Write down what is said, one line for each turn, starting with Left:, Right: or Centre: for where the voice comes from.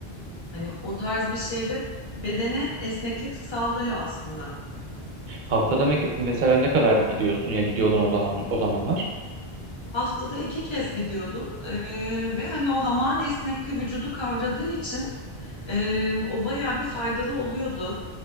Left: Hani o tarz bir şeyde bedene esneklik sağlıyor aslında.
Right: Haftada me- mesela ne kadar gidiyorsun ya gidiyordun o zaman o zamanlar?
Left: Haftada iki kez gidiyordum Ee, ve hani o hamağın esnekliği vücudu kavradığı için Ee, o bayağı bir faydalı oluyordu.